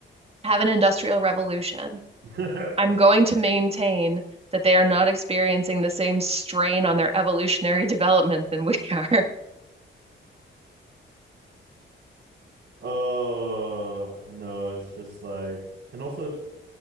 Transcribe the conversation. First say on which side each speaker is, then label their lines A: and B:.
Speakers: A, on the right; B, on the right.
A: have an industrial revolution,
B: <laughs>
A: I'm going to maintain that they are not experiencing the same strain on their evolutionary <laughs> development than we are.
B: oh no, it's just like and also